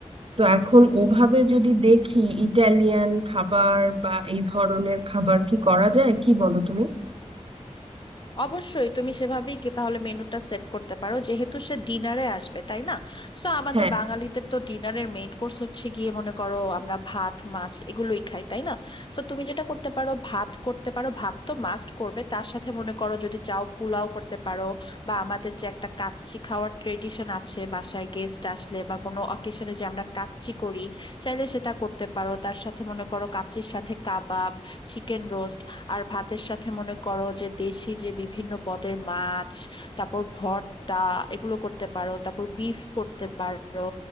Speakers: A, on the right; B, on the left.
A: তো এখন ওভাবে যদি দেখি ইটালিয়ান খাবার বা এই ধরনের খাবার কি করা যায় কি বলো তুমি
B: অবশ্যই তুমি সেভাবেই কি তাহলে মেনুটা সেট করতে পারো যেহেতু সে ডিনারে আসবে তাই না সো আমাদের
A: হ্যাঁ
B: বাঙালিদের তো ডিনারের মেইন কোর্স হচ্ছে গিয়ে মনে করো আমরা ভাত মাছ এগুলোই খাই তাই না সো তুমি যেটা করতে পারো ভাত করতে পারো ভাত তো মাস্ট করবে তার সাথে মনে করো যদি চাও পোলাও করতে পারো বা আমাদের যে একটা কাচ্চি খাওয়ার ট্রেডিশন আছে বাসায় গেস্ট আসলে বা কোনো অকেশনে যে আমরা কাচ্চি করি চাইলে সেটা করতে পারো তার সাথে মনে করো কাচ্চির সাথে কাবাব চিকেন রোস্ট আর ভাতের সাথে মনে করো যে দেশি যে বিভিন্ন পদের মাছ তারপর ভর্তা এগুলো করতে পারো তারপর বিফ করতে পারো